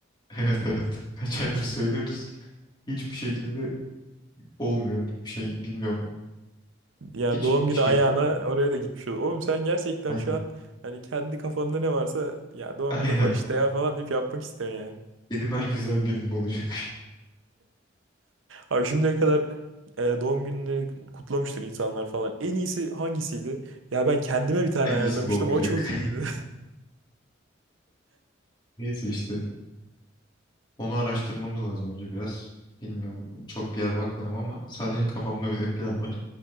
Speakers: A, on the left (about 25°); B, on the right (about 85°).
A: <laughs> Evet evet. Kaç aydır söylüyoruz. Hiçbir şekilde olmuyor. Bir şey bilmiyorum.
B: Yani
A: Hiç
B: doğum günü
A: şey.
B: ayağına oraya da gitmiş olur. Oğlum sen gerçekten
A: Aynen.
B: şu an hani kendi kafanda ne varsa ya doğum
A: <laughs> Aynen.
B: günüm var işte ya falan deyip yapmak istiyorsun yani.
A: Benim en güzel günüm olacak.
B: Abi şimdiye kadar e, doğum günleri kutlamıştır insanlar falan. En iyisi hangisiydi? Ya ben kendime
A: <laughs>
B: bir tane
A: En
B: ayarlamıştım.
A: iyisi bu olacak.
B: O çok iyiydi.
A: <laughs> Neyse işte. Onu araştırmamız lazım önce biraz. Bilmiyorum. Çok bir yer bakmadım ama sadece kafamda böyle bir plan var.